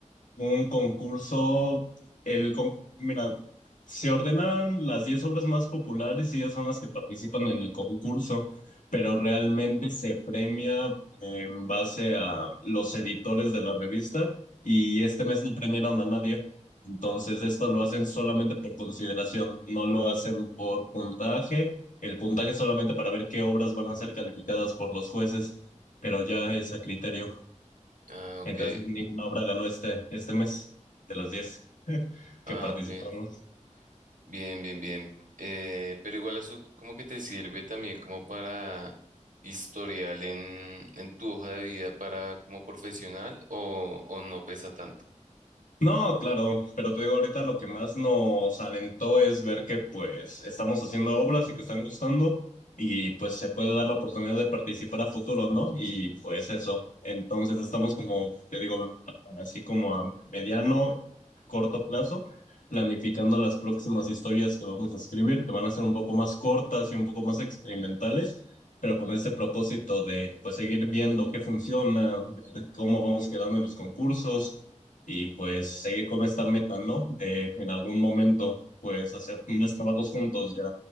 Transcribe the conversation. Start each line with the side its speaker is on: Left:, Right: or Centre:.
Left: Un concurso, el con- mira, se ordenan las 10 obras más populares y ellas son las que participan en el concurso, pero realmente se premia en base a los editores de la revista y este mes no premiaron a nadie. Entonces esto lo hacen solamente por consideración, no lo hacen por puntaje. El puntaje es solamente para ver qué obras van a ser calificadas por los jueces, pero ya es a criterio.
Right: Ah, ok.
Left: Entonces ninguna obra ganó este, este mes de los 10 <laughs> que
Right: Ah,
Left: participamos.
Right: ok. Bien, bien, bien. Eh, pero igual eso como que te sirve también como para historial en, en tu hoja de vida para como profesional o, o no pesa tanto.
Left: No, claro, pero te digo, ahorita lo que más nos alentó es ver que pues estamos haciendo obras y que están gustando y pues se puede dar la oportunidad de participar a futuro, ¿no? Y pues eso, entonces estamos como, te digo, así como a mediano y corto plazo, planificando las próximas historias que vamos a escribir, que van a ser un poco más cortas y un poco más experimentales, pero con ese propósito de pues seguir viendo qué funciona, ver cómo vamos quedando en los concursos y pues seguir con esta meta, ¿no? De en algún momento, pues hacer unos trabajos juntos ya